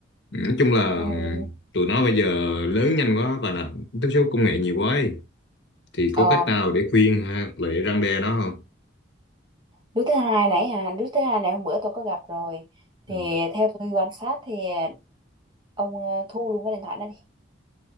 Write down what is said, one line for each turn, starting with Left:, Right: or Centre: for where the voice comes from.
Left: Nói chung là ừ,
Right: ừ
Left: tụi nó bây giờ lớn nhanh quá và là tiếp xúc công nghệ nhiều quá ấy. Thì có
Right: ờ
Left: cách nào để khuyên ha, để răn đe nó không?
Right: đứa thứ hai nãy hả đứa thứ hai này hôm bữa tôi có gặp rồi
Left: Ừ.
Right: thì theo tôi quan sát thì ờ, ông ờ, thu luôn cái điện thoại nó đi.